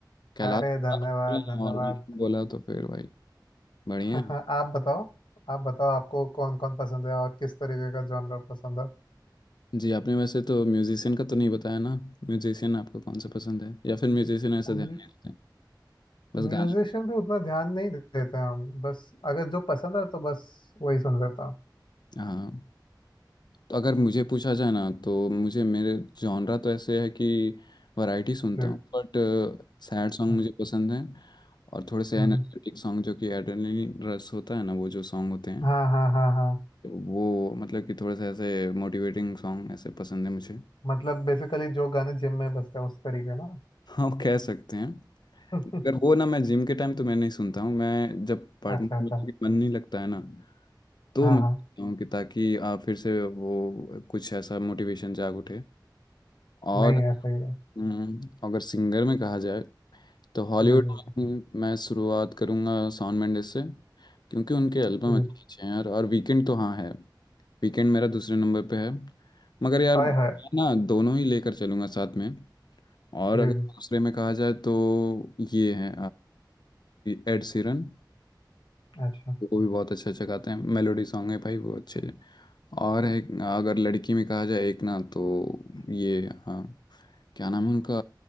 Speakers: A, on the left (about 65°); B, on the left (about 85°).
A: कैलाश
B: अरे धन्यवाद धन्यवाद
A: और बोला तो फिर भाई बढ़िया
B: <laughs>
A: है।
B: आप बताओ आप बताओ आपको कौन कौन पसंद है और किस तरीके का जॉनर पसंद है
A: जी आपने वैसे तो म्यूजिशियन का तो नहीं बताया ना म्यूजिशियन आपको कौन सा पसंद है या फिर म्यूजिशियन ऐसा ध्यान
B: म्यू-
A: नहीं रखते हैं, बस
B: म्यूजिशियन
A: गाने
B: पे उतना ध्यान नहीं देते हैं हम बस अगर जो पसंद है तो बस वही सुन लेता हूँ
A: हाँ तो अगर मुझे पूछा जाए ना तो मुझे मेरे जॉनरा तो ऐसे है कि वैरायटी सुनता
B: जी
A: हूँ बट सैड
B: अच्छा।
A: सॉन्ग मुझे पसंद है और थोड़े से
B: हम्म,
A: एनर्जेटिक सॉन्ग जो कि एड्रेनलिन रश होता है ना वो जो सॉन्ग होते हैं
B: हाँ हाँ हाँ हाँ
A: वो मतलब कि थोड़े से ऐसे मोटिवेटिंग सॉन्ग ऐसे पसंद है मुझे <laughs>
B: मतलब बेसिकली जो गाने जिम में बजते हैं उस तरीके ना
A: हाँ कह सकते हैं
B: <laughs>
A: अगर वो ना मैं जिम के टाइम तो मैं नहीं सुनता हूँ मैं जब पढ़ने
B: अच्छा अच्छा
A: में मन नहीं लगता है ना तो
B: हाँ
A: मैं
B: हाँ
A: सुनता हूँ कि ताकि आ, फिर से वो कुछ ऐसा मोटिवेशन जाग उठे और
B: नहीं है सही है
A: हम्म, अगर सिंगर में कहा जाए तो हॉलीवुड
B: जी जी
A: में मैं शुरुआत करूँगा शॉन मेंडिस से क्योंकि उनके एल्बम
B: जी
A: अच्छे अच्छे हैं यार और वीकेंड तो हाँ है वीकेंड मेरा दूसरे नंबर पे है मगर यार
B: हाय
A: मैं
B: हाय
A: ना दोनों ही लेकर चलूँगा साथ में और
B: जी
A: अगर दूसरे
B: जी
A: में कहा जाए तो ये है एड सीरन
B: अच्छा
A: वो भी बहुत अच्छा अच्छा गाते हैं मेलोडी सॉन्ग है भाई वो अच्छे और है अगर लड़की में कहा जाए एक ना तो ये हाँ क्या नाम है उनका